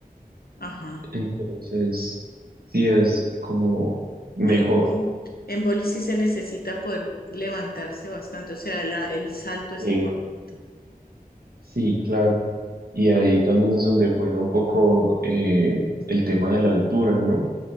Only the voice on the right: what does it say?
Entonces, sí es como mejor.
Sí,
sí, claro. Y ahí también es donde juega un poco eh, el tema de la altura, ¿no?